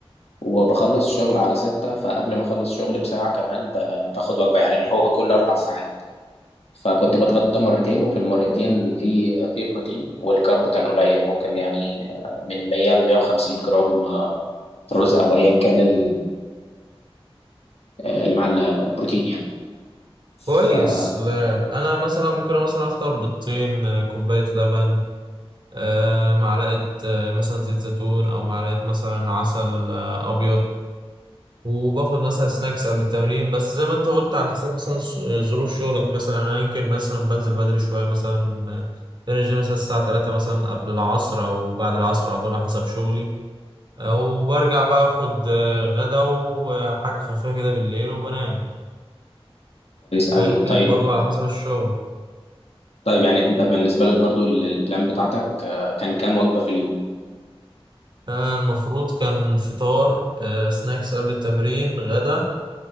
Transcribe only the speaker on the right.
كويس لا انا مثلا ممكن مثلا افطر بيضتين آه، كوبايه لبن آه، معلقه آه، مثلا زيت زيتون او معلقه مثلا عسل آه، ابيض وباخد مثلا سناكس قبل التمرين بس زي ما انت قلت على حسب مثلا س- آه، ظروف شغلك مثلا انا يمكن مثلا بنزل بدري شويه مثلا آه، بنزل مثلا الساعه 3 مثلا قبل العصر او بعد العصر على طول على حسب شغلي وبرجع بقى اخد آه، غدا وحاجة خفيفة كده بالليل وبنام فيمكن
برضو على حسب الشغل
آه، المفروض كان فطار آه، سناكس قبل التمرين غدا